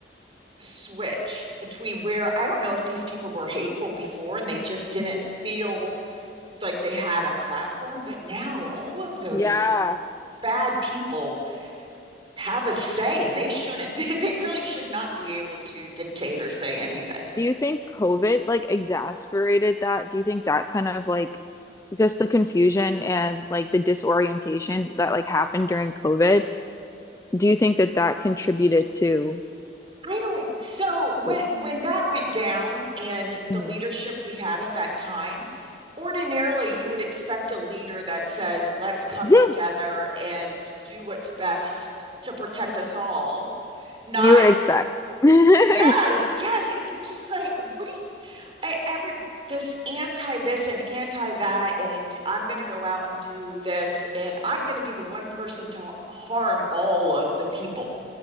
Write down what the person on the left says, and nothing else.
Mhm.
yeah
do you think COVID like exacerbated that do you think that kind of like just the confusion and like the disorientation that like happened during COVID do you think that that contributed to
Forward.
hmm
<laughs>
You would expect. <laughs> I